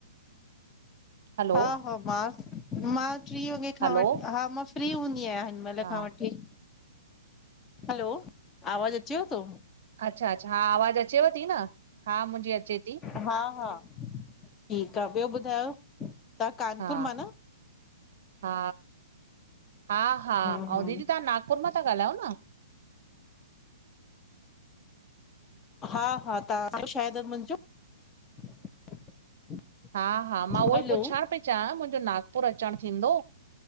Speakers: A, on the right; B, on the left.
A: हलो
B: हा हा मां मां टी वॻे खां
A: हलो
B: वठी हा मां फ्री हूंदी आहियां हिन महिल
A: हा
B: खां वठी। <unintelligible> हलो, आवाज़ अचेव थो?
A: अच्छा अच्छा हा आवाज़ अचेव थी न, हा मुंहिंजी अचे थी
B: हा हा ठीकु आह, ॿियो ॿुधायो तव्हां कानपुर
A: हा
B: मां न?
A: हा हा हा,
B: हम्म हम्म,
A: ऐं दीदी तव्हां नागपुर मां था ॻाल्हायो न?
B: हा हा तव्हां शायदि मुंहिंजो <unintelligible>
A: हा हा मां उहो
B: हलो
A: ई पुछण पई चाहियां, मुंहिंजो नागपुर अचणु थींदो